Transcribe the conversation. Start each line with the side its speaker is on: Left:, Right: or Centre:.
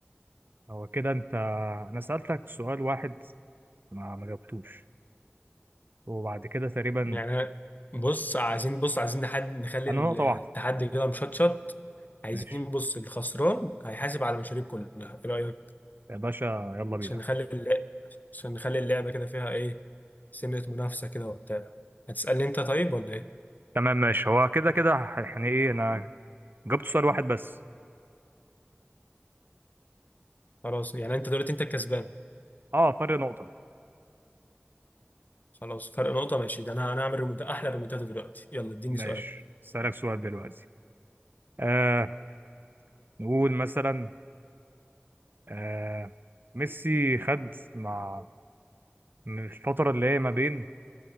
Right: هو كده انت انا سالتك سؤال واحد ما ما جاوبتوش وبعد كده تقريبا
Left: يعني بص عايزين بص عايزين نحد نخلي
Right: انا نقطه واحده
Left: التحدي كده مشطشط عايزين
Right: ماشي
Left: بص الخسران هيحاسب على المشاريب كلها ايه رأيك
Right: يا باشا يلا بينا
Left: عشان نخلي اللعب عشان نخلي اللعبة كده فيها ايه سنة منافسة كده وبتاع هتسألني انت طيب ولا ايه
Right: تمام ماشي هو كده كده يعني ايه انا جاوبت سؤال واحد بس
Left: خلاص يعني انت دلوقتي انت الكسبان
Right: اه فرق نقطه
Left: خلاص فرق نقطة ماشي ده انا انا هعمل ريمونتا احلى ريمونتادا دلوقتي يلا اديني
Right: ماشي
Left: سؤال
Right: اسالك سؤال دلوقتي آه نقول مثلا آه ميسي خد مع من الفترة اللي هي ما بين